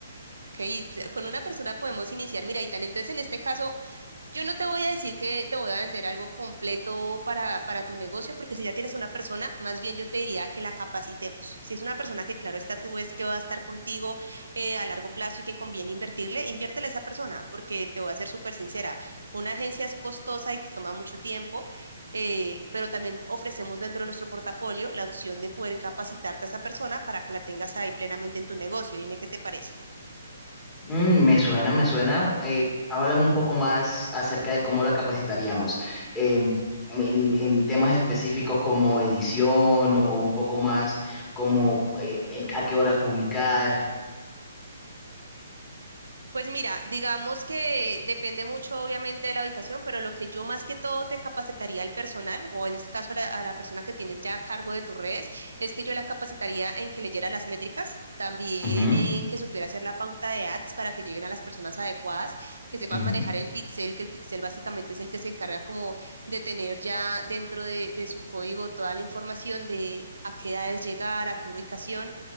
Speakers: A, on the right; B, on the left.
A: Ok, t- con una persona podemos iniciar. Mira, Itán, entonces en este caso, yo no te voy a decir que te voy a vender algo completo para, para tu negocio, porque si ya tienes una persona, más bien yo te diría que la capacitemos. Si es una persona que, claro, está tú ves que va a estar contigo eh, a largo plazo y que conviene invertirle, inviértele a esa persona, porque te voy a ser súper sincera, una agencia es costosa y te toma mucho tiempo. eh, pero también ofrecemos dentro de nuestro portafolio la opción de poder capacitarte a esa persona para que la tengas ahí plenamente en tu negocio. Dime qué te parece.
B: Mm, me suena, me suena. Eh, háblame un poco más acerca de cómo la capacitaríamos. Em, en, en temas específicos como edición o, o un poco más como eh, eh, a qué horas publicar.
A: Pues mira, digamos que depende mucho obviamente de la ubicación, pero lo que yo más que todo te capacitaría al personal, o en este caso a la, a la persona que tienes ya a cargo de tus redes, es que yo la capacitaría en que leyera las métricas, también
B: Ujú,
A: en que supiera hacer la pauta de ads para que lleguen a las personas adecuadas, que sepan
B: ujú.
A: manejar el pixel, que el pixel básicamente es el que se encarga como de tener ya dentro de, de su código toda la información de a qué edades llegar, a qué ubicación.